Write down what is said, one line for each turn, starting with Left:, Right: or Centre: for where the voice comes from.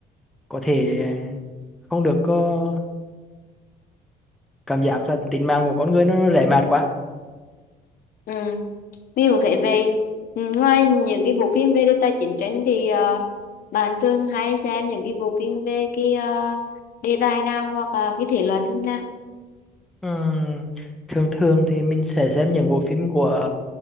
Centre: có thể không được có cảm giác là tính mạng của con người nó, nó rẻ mạt quá
Left: Ừ. Mình cũng thấy về ngoài những cái bộ phim về đề tài chiến tranh thì ờ, bạn thường hay xem những cái bộ phim về cái ờ, đề tài nào hoặc là cái thể loại phim nào?
Centre: Ừm, thường thường thì mình sẽ xem những bộ phim của